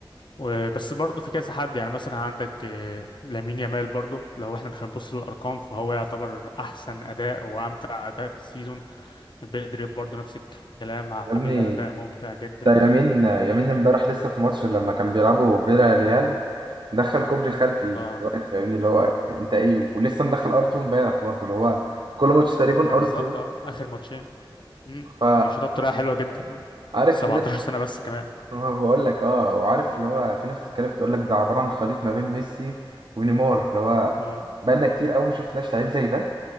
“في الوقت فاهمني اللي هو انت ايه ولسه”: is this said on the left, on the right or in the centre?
Right